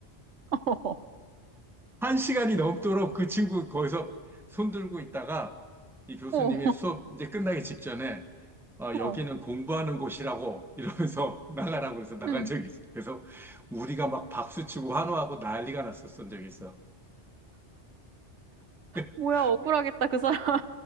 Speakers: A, on the right (about 85°); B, in the centre.
A: 어,
B: 한 시간이 넘도록 그 친구 거기서 손 들고 있다가 이 교수님이
A: 어,
B: 수업 이제 끝나기 직전에 어,
A: 어,
B: 여기는 공부하는 곳이라고 이러면서 <laughs> 나가라고 그래서 나간
A: 음,
B: 적이 있어. 그래서 우리가 막 박수치고 환호하고 난리가 났었던 적이 있어. <laughs>
A: 뭐야, 억울하겠다, 그 사람.